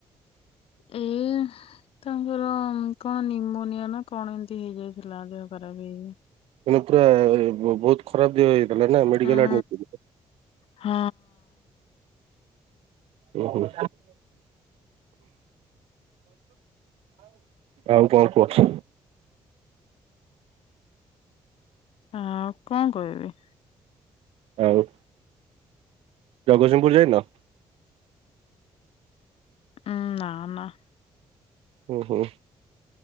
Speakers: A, on the left (about 75°); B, on the right (about 80°).
A: ଏ ତାଙ୍କର କଣ ନିମୋନିଆ ନା କଣ ଏମତି ହେଇଯାଇଥିଲା ଦେହ ଖରାପ ହେ
B: ଏମି ପୁରା ବ ବହୁତ ଖରାପ ଦିହ ହେଇଥିଲା ନା ମେଡିକାଲରେ
A: ହୁଁ
B: ଆଡମିଟ କରିବ।
A: ହଁ।
B: ଉ ହୁଁ। ଆଉ କଣ କୁହ?
A: ଆଉ କଣ କହିବି?
B: ଆଉ ଜଗତସିଂହପୁର ଯାଇନ?
A: ହୁଁ ନା ନା।
B: ଉ ହୁଁ।